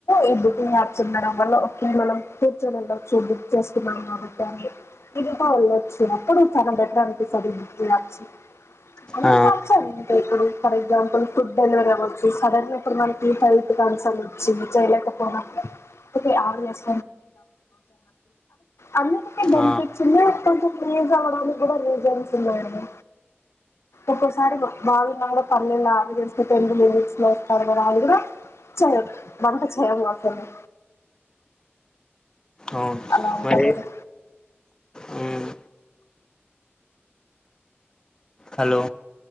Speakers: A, on the left; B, on the left.
A: ఈ బుకింగ్ యాప్స్ ఉండడం వల్ల మనం కూర్చొని యెళ్ళొచ్చు బుక్ చేసుకున్నాం కాబట్టి అని ఈసీ గా యెళ్ళొచ్చు అప్పుడు చాలా బెటర్ అనిపిస్తది ఈ బుకింగ్ యాప్స్ <unintelligible>
B: ఆ
A: ఇప్పుడు ఫర్ ఎగ్జామ్పల్ ఫుడ్ డెలివరీ అవ్వచ్చు సడెన్గా ఇప్పుడు మనకి హెల్త్ మీకు అలసట వచ్చి చేయలేకపోయినపుడు <unintelligible> అందుకు మేమ్ కనిపించిందా
B: ఆ
A: కనిపి అవడానికి కూడా రీజన్స్ ఉన్నాయా ఒకోసారి ఒక బావి మంగడ పల్లిలా అవి జస్ట్ టెన్ మినిట్స్ లో <unintelligible> ఛ వంట చేయమాకండి
B: అవును
A: అలా ఉంటాం
B: మరి
A: కదా
B: హ్మ్ హలో